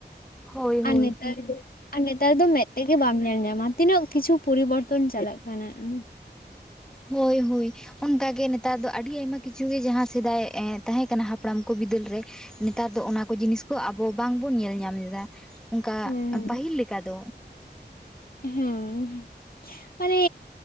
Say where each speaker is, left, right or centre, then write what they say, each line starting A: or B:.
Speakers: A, in the centre; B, on the left.
A: ᱦᱳᱭ ᱦᱳᱭ
B: ᱟᱨ ᱱᱮᱛᱟᱨ ᱫᱚ ᱟᱨ ᱱᱮᱛᱟᱨ ᱫᱚ ᱢᱮᱫ ᱛᱮᱜᱮ ᱵᱟᱢ ᱧᱮᱞ ᱧᱟᱢᱟ ᱛᱤᱱᱟᱹᱜ ᱠᱤᱪᱷᱩ ᱯᱚᱨᱤᱵᱚᱨᱛᱚᱱ ᱪᱟᱞᱟᱜ ᱠᱟᱱᱟ ᱟ
A: ᱦᱳᱭ ᱦᱳᱭ ᱚᱱᱠᱟᱜᱮ ᱱᱮᱛᱟᱨ ᱫᱚ ᱟᱹᱰᱤ ᱟᱭᱢᱟ ᱠᱤᱪᱷᱩ ᱜᱮ ᱡᱟᱦᱟᱸ ᱥᱮᱫᱟᱭ ᱮᱸ ᱛᱟᱦᱮᱸ ᱠᱟᱱᱟ ᱦᱟᱯᱲᱟᱢ ᱠᱚ ᱵᱤᱫᱟᱹᱞ ᱨᱮ ᱱᱮᱛᱟᱨ ᱫᱚ ᱚᱱᱟ ᱠᱚ ᱡᱤᱱᱤᱥ ᱠᱚ ᱟᱵᱚ ᱵᱟᱝᱵᱚᱱ ᱧᱮᱞ ᱧᱟᱢᱮᱫᱟ ᱚᱝᱠᱟ
B: ᱦᱮᱸ
A: ᱯᱟᱹᱦᱤᱞ ᱞᱮᱠᱟ ᱫᱚ᱾
B: ᱦᱮᱸ ᱢᱟᱱᱮ